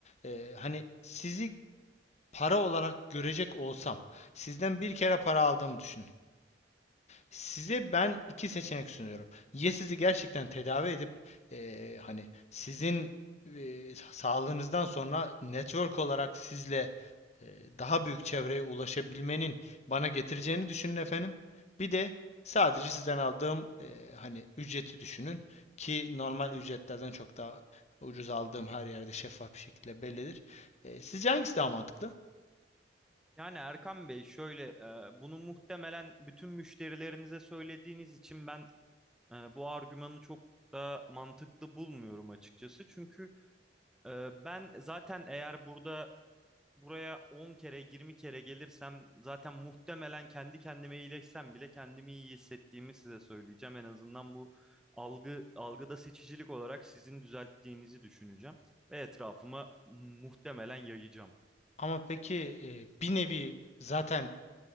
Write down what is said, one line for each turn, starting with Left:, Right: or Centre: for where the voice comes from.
Left: Ee, hani sizi para olarak görecek olsam, sizden bir kere para aldığımı düşün. Size ben iki seçenek sunuyorum. Ya sizi gerçekten tedavi edip eee, hani sizin eee, sağlığınızdan sonra network olarak sizle eee, daha büyük çevreye ulaşabilmenin bana getireceğini düşünün efendim. Bir de sadece sizden aldığım eee, hani ücreti düşünün ki normal ücretlerden çok daha ucuz aldığım her yerde şeffaf bir şekilde bellidir. Eee, sizce hangisi daha mantıklı?
Centre: Yani Erkan Bey şöyle e, bunu muhtemelen bütün müşterilerinize söylediğiniz için ben e, bu argümanı çok da mantıklı bulmuyorum açıkçası. Çünkü e, ben zaten eğer burada buraya 10 kere 20 kere gelirsem zaten muhtemelen kendi kendime iyileşsem bile kendimi iyi hissettiğimi size söyleyeceğim. En azından bu algı algıda seçicilik olarak sizin düzelttiğinizi düşüneceğim ve etrafıma muhtemelen yayacağım.
Left: Ama peki e, bir nevi zaten